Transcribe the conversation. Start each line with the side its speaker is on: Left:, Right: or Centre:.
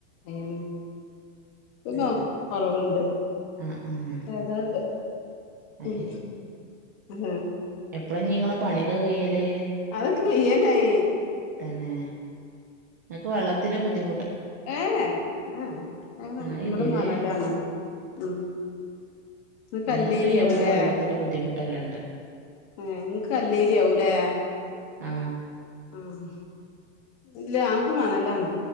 Left: അയാൻ ഇന്ന
Right: ഏഹ്
Left: കൊറവുണ്ട്
Right: ആഹ് ആഹ്
Left: അതാണ്ട്
Right: അത്
Left: ഉം ആ
Right: എപ്പള നി ഇങ്ങളെ പണിയൊക്കെ കയ്യല്
Left: അതൊക്കെ കയ്യാനായി
Right: തന്നെ ങ്ങക്ക് വെള്ളത്തിന് ബുദ്ധി
Left: ഏ ഏ ഞ
Right: ആഹ്
Left: ഇവിടെ
Right: ഇല്ലല്ലേ
Left: മണലാണ് ഉം ഇങ്ങക്ക്
Right: ഞങ്ങൾക്ക്
Left: കല്ലേരിയാവൂലേ
Right: പിന്നെ ഇവ്ടെ വെള്ളത്തിന്റെ ബുദ്ധിമുട്ടെല്ലാം ഇണ്ട്
Left: ആ ഇങ്ങക്ക് കല്ലേരിയാവൂലേ
Right: ആ
Left: ഉം ഇല്ല ആകെ മാണലാണ്